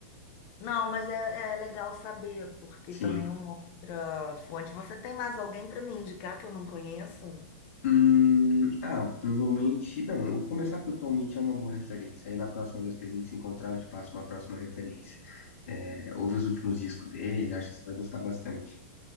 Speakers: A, on the left; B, on the left.
A: Não, mas é, é legal saber, porque
B: Sim.
A: também é uma outra fonte. Você tem mais alguém para me indicar que eu não conheço?
B: Hum, ah, provavelmente. Não, eu começar por Tom Mitchell é uma boa referência. Aí na próxima vez que a gente se encontrar, eu te passo uma próxima referência. É, ouve os últimos discos dele, acho que você vai gostar bastante.